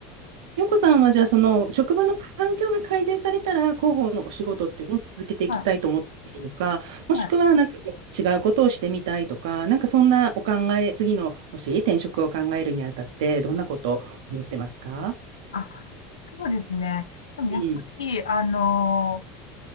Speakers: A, on the right; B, on the left.
A: 洋子さんはじゃあその職場の環境が改善されたら広報のお仕事っていうのを続けていきたいと思っているのか、
B: は
A: もしくはなんか違うことをしてみたいとか、
B: いはい
A: なんかそんなお考え、次のもし転職を考えるにあたってどんなことを思ってますか
B: あ、そうですね。でもやっぱり、
A: うん。
B: あの、